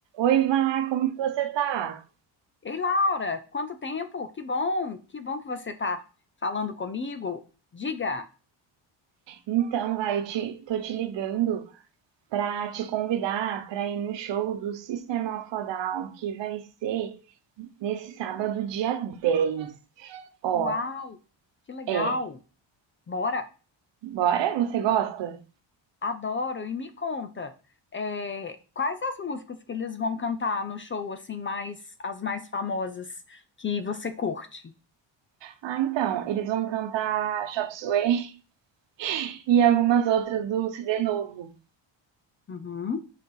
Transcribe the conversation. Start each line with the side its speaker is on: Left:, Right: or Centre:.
Right: Oi, Vá, como que você tá?
Left: Ei, Laura, quanto tempo? Que bom, que bom que você está falando comigo. Diga,
Right: Então, vai, eu te, tô te ligando pra te convidar pra ir no show do System of a Down, que vai ser nesse sábado, dia dez. Ó,
Left: uau, que legal.
Right: é,
Left: Bora,
Right: bora? Você gosta?
Left: adoro. E me conta, é, quais as músicas que eles vão cantar no show, assim, mais as mais famosas que você curte?
Right: Ah, então, eles vão cantar Chop Suey <laughs> e algumas outras do CD novo.
Left: Uhum.